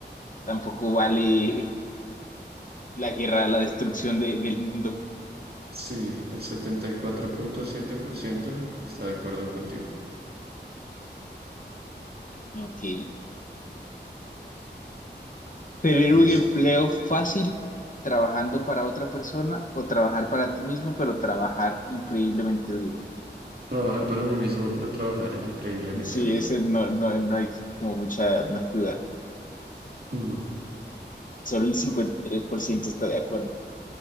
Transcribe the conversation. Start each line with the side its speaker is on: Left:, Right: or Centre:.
Left: tampoco vale la guerra, la destrucción de- del mundo.
Right: Sí, el setenta y cuatro punto siete por ciento está de acuerdo contigo.
Left: Ok. Tener
Right: Listo.
Left: un empleo fácil trabajando para otra persona o trabajar para ti mismo, pero trabajar increíblemente duro.
Right: Trabajar para mí mismo, pero trabajar increíblemente
Left: Sí,
Right: duro.
Left: ese no, no, no hay como mucha no hay que dudar.
Right: Ujú.
Left: Solo el 53% está de acuerdo.